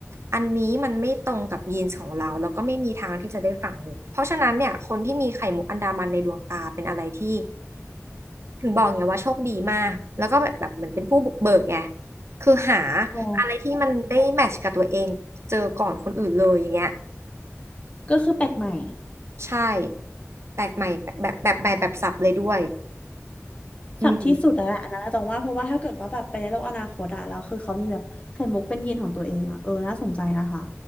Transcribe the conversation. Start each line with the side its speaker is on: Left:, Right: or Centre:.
Right: อันนี้มันไม่ตรงกับยีนส์ของเราแล้วก็ไม่มีทางที่จะได้ฝั่งมุกเพราะฉะนั้นเนี่ยคนที่มีไข่มุกอันดามันในดวงตาเป็นอะไรที่ถึงบอกไงว่าโชคดีมากแล้วก็แบบแบบเหมือนเป็นผู้บุกเบิกไงคือหา
Left: อ๋อ
Right: อะไรที่มันได้แมทช์กับตัวเองเจอก่อนคนอื่นเลยอย่างเงี้ย
Left: ก็คือแปลกใหม่
Right: ใช่แปลกใหม่แบบแบบแบบแบบสับเลยด้วยอืม
Left: สับที่สุดแล้วแหละอันนั้นนะตรงว่าเพราะว่าถ้าเกิดว่าแบบไปในโลกอนาคตอะแล้วคือเขามีแบบไข่มุกเป็นยีนของตัวเองอะเออน่าสนใจนะคะ